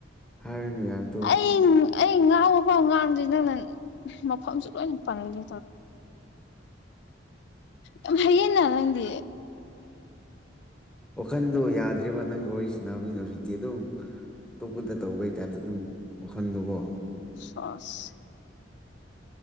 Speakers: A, in the centre; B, on the left (about 60°).
A: ꯍꯥꯏꯔꯅꯨ ꯌꯥꯔꯗꯣ
B: ꯑꯩ ꯑꯩ ꯉꯥꯡꯕ ꯐꯥꯎ ꯉꯥꯡꯗ꯭ꯔꯤ ꯅꯪꯅ ꯃꯐꯝꯁꯨ ꯂꯣꯏꯅ ꯄꯪꯒꯦ ꯌꯥꯝ ꯍꯌꯦꯡꯟꯅ ꯅꯪꯗꯤ
A: ꯋꯥꯈꯟꯗꯣ ꯌꯥꯗ꯭꯭ꯔꯔꯤꯕ ꯅꯪꯒ ꯋꯥꯔꯤ ꯁꯟꯅꯅꯕꯅꯤꯅ ꯍꯧꯖꯤꯛꯇꯤ ꯑꯗꯨꯝ ꯑꯇꯣꯞꯄꯗ ꯇꯧꯕꯩ ꯇꯥꯏꯞꯇ ꯑꯗꯨꯝ ꯋꯥꯈꯟꯗꯨꯣꯀꯣ
B: ꯆꯁ